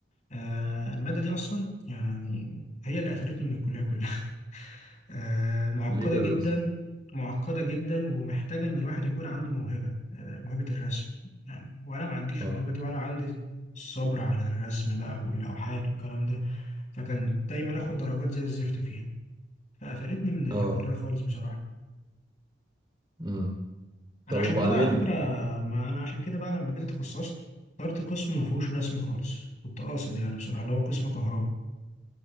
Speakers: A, on the left; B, on the right.
A: آه، الماده دي اصلا يعني هي اللي قفلتني من الكليه كلها <laughs> آه، معقده
B: ليه كده
A: جدا
B: بس
A: معقده جدا ومحتاجه ان الواحد يكون عنده موهبه آه، موهبه الرسم يعني وانا ما عنديش
B: اه
A: الموهبه دي ولا عندي الصبر على الرسم بقى واللوحات والكلام ده فكان دايما اخد درجات زي الزفت فيها فقفلتني من الكليه
B: اه
A: خالص بصراحه
B: امم
A: انا
B: طب
A: عشان
B: وبعدين
A: كده على فكره ما انا عشان كده بقى لما جيت اتخصصت اخترت قسم ما فيهوش رسم خالص كنت قاصد يعني بصراحه اللي هو قسم كهرباء